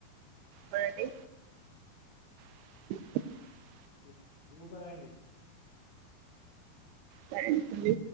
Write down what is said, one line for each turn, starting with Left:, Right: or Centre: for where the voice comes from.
Right: మరండి <inaudible>
Left: ఈ రోజు ఫుల్ పనాండి
Right: సరే ఉంది